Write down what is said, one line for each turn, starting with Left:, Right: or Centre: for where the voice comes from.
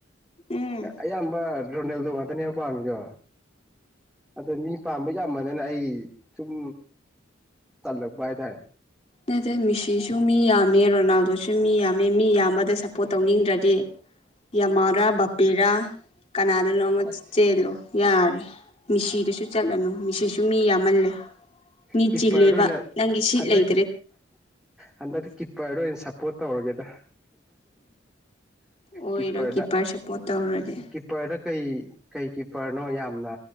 Left: ꯎꯝ
Centre: ꯑꯌꯥꯝꯕ ꯔꯣꯅꯦꯜꯗꯣ ꯉꯥꯛꯇꯅꯦꯕ ꯄꯥꯝꯃꯤꯗꯣ ꯑꯗꯣ ꯃꯤ ꯄꯥꯝꯕ ꯌꯥꯝꯃꯟꯗꯅ ꯑꯩ ꯁꯨꯝ ꯇꯜꯂꯛꯄ ꯍꯥꯏꯇꯔꯦ
Left: ꯅꯠꯇꯦ ꯃꯦꯁꯤꯁꯨ ꯃꯤ ꯌꯥꯝꯃꯦ ꯔꯣꯅꯥꯜꯗꯣꯁꯨ ꯃꯤ ꯌꯥꯝꯃꯦ ꯃꯤ ꯌꯥꯝꯕꯗ ꯁꯞꯄꯣꯔꯠ ꯇꯧꯅꯤꯡꯗ꯭ꯔꯗꯤ ꯌꯥꯃꯥꯔꯥ ꯕꯥꯄꯦꯔꯥ ꯀꯅꯥꯗꯅꯣꯝꯃꯥ
Centre: ꯑꯁ
Left: ꯆꯦꯜꯂꯣ ꯌꯥꯔꯦ ꯃꯦꯁꯤꯗꯁꯨ ꯆꯠꯂꯅꯨ ꯃꯦꯁꯤꯁꯨ ꯃꯤ ꯌꯥꯝꯃꯜꯂꯦ ꯃꯤ
Centre: ꯀꯤꯞꯄꯔꯗ
Left: ꯆꯤꯜꯂꯦꯕ
Centre: ꯑꯣꯏꯅ
Left: ꯅꯪꯒꯤ ꯁꯤꯠ
Centre: ꯍꯟꯗꯛ
Left: ꯂꯩ
Centre: ꯍꯟꯗꯛꯇꯤ ꯀꯤꯞꯄꯔꯗ ꯑꯣꯢꯅ ꯁꯞꯄꯣꯔꯇ ꯇꯧꯔꯒꯦꯗ
Left: ꯑꯣꯏꯔꯣꯏ
Centre: ꯀꯤꯞꯄꯔꯗ
Left: ꯀꯤꯞꯄꯔ ꯁꯞꯄꯣꯔꯠ ꯇꯧꯔꯗꯤ
Centre: ꯀꯤꯞꯄꯔꯗ ꯀꯩ ꯀꯩ ꯀꯤꯞꯄꯔꯅꯣ ꯌꯥꯝꯅ